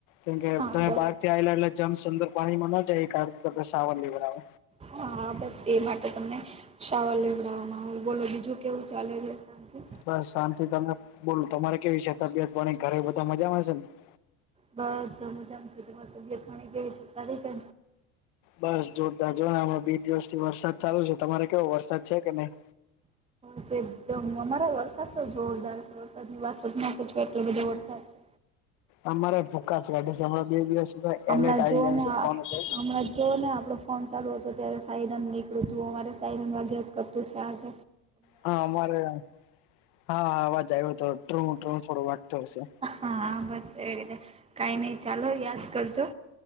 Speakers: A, on the left (about 75°); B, on the right (about 20°).
A: કેમ કે
B: હા
A: તમે
B: બસ
A: બહાર થી આવેલા, એટલે જમ સુંદર પાણીમાં ન જાય, એ કાર ત સાવન લેવના.
B: હા, બસ એ માટે તમને શાવર લેવડાવવામાં આવ, બોલો બીજું કેવું ચાલે રહ શાંતથી?
A: બસ શાંતિ, તમે બોલ તમારે કેવીશે તબિયત પાણી ઘરે બધા મજામાંશે ને.
B: બસ તમે તમ છે, તમારી તબિયત પણી કેવી છે, સારી છે.
A: બસ જોરદાર, જોને હમણાં બે દિવસથી વરસાદ ચાલુ છે, તમારે કેવો વરસાદ છે કે નહી?
B: વર એકદમ અમારા વરસાદ તો જોરદાર છે, વરસાદ ની વાત તો ના છે, આટલો બધો વરસાદ છે.
A: અમારે ભૂકા જ કાઢી છે. હ, બે દિવસ સુધ
B: હમણાં
A: એલટ આવી
B: જો
A: જાય
B: ને
A: છે,
B: આ
A: ફોન ઉપર.
B: હમણાં જો ને આપણો ફોન ચાલુ હતો, ત્યારે સાયરન નીકળું તું, અમારે સાયરન વાગ્યા જ કરતું છે આજ.
A: હા, અમારે હા, અવાજ આવ્યો હતો, ટ્ર-ટ્ર થોડું વાટતું હશે.
B: હા, બસ એ રી છે, કઈ નહી. ચાલો યાદ કરજો,